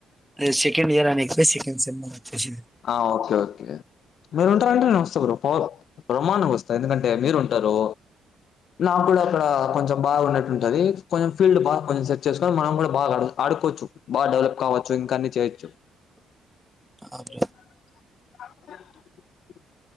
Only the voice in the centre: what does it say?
సే సెకండ్ ఇయర్ అనేది పోయి సెకండ్ సెమ్ అన్న
ఆ బ్రో